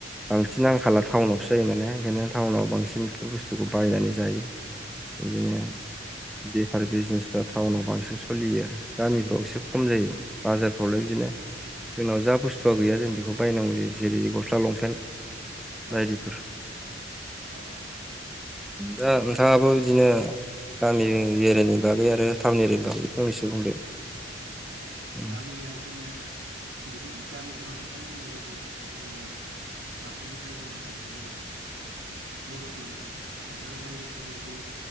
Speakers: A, in the centre; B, on the right.
A: बांसिन आंखाला टाउनावसो जायो नालाय ओंखायनो टाउनाव बांसिन बेफोर बुस्थुखौ बायनानै जायो। बिदिनो बेफार बिजनेसफ्रा टाउनाव बांसिन सोलियो आरो गामिफ्राव एसे खम जायो। बाजार प्रब्लेम बिदिनो जोंनाव जा बुस्थुआ गैया जों बेखौ बायनांगौ जायो जेरै गस्ला लंपेन्ट बायदिफोर
B: औ औ औ औ
A: दा नोंथाङाबो बिदिनो
B: नंगौ नोंथां
A: गामि एरियानि बागै आरो टाउन एरियानि बागै फंनैसो बुंदो
B: औ
A: औ
B: गामिया जोंनिया बिदिनो गामिफोराव नोंथां बुंनाय बायदि जोङो सासेनिफ्राय गुबुन सासेनि मदद मोनो आरो नांनाय रोखोमनि जि